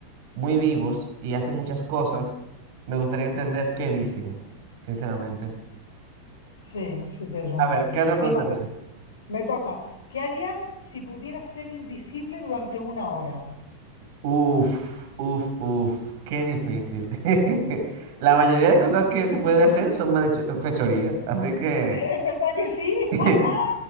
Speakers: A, on the right (about 50°); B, on the left (about 65°).
A: muy vivos y hacen muchas cosas, me gustaría entender qué dicen, sinceramente.
B: sí, es interesante.
A: A ver, ¿qué otra pregunta
B: Mira,
A: tiene?
B: me toca. ¿Qué harías si pudieras ser invisible durante una hora?
A: Uf, uf, uf, qué difícil. <laughs> La mayoría de cosas que se pueden hacer son manecho- fechorías, así que...
B: ¿Es verdad que sí?
A: <laughs>
B: <laughs>